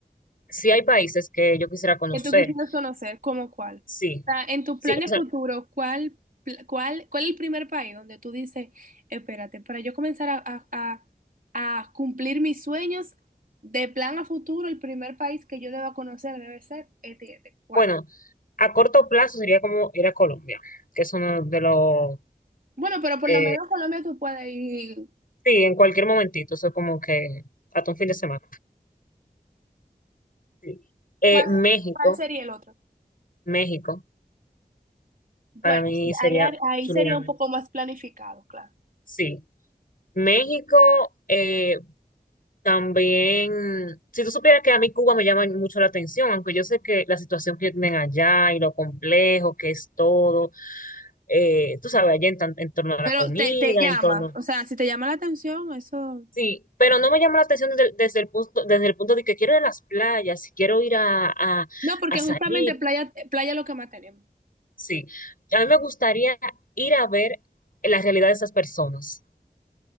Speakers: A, on the left; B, on the right.
A: sí hay países que yo quisiera conocer.
B: Que tú quisieras conocer, ¿cómo cuál?
A: Sí.
B: O sea, en tus
A: Sí,
B: planes
A: o sea,
B: futuros, ¿cuál, pl- cuál, cuál es el primer país donde tú dices, espérate, para yo comenzar a, a, a, a cumplir mis sueños de plan a futuro, el primer país que yo deba conocer debe ser este, y este"? ¿Cuál?
A: bueno, a corto plazo sería como ir a Colombia, que es uno de los
B: Bueno, pero por
A: eh,
B: lo menos Colombia tú puedes ir.
A: Sí, en cualquier momentito, eso como que hasta un fin de semana. Sí. Eh,
B: ¿Cuál,
A: México,
B: cuál sería el otro?
A: México,
B: Bueno,
A: para mí
B: sí,
A: sería
B: ahí, ahí
A: chulo
B: sería
A: ir a
B: un
A: México.
B: poco más planificado, claro.
A: Sí, México eh, también, si tú supieras que a mí Cuba me llama mucho la atención, aunque yo sé que la situación que tienen allá y lo complejo que es todo, eh, tú sabes, allá en, tan- en torno a
B: Pero
A: la comida,
B: te, te llama,
A: en torno...
B: o sea, si te llama la atención, eso...
A: Sí, pero no me llama la atención desde, desde el punto, desde el punto de que quiero ir a las playas, quiero ir a, a,
B: No, porque
A: a salir.
B: justamente playa, playa es lo que más tenemos.
A: Sí, a mí me gustaría ir a ver la realidad de esas personas.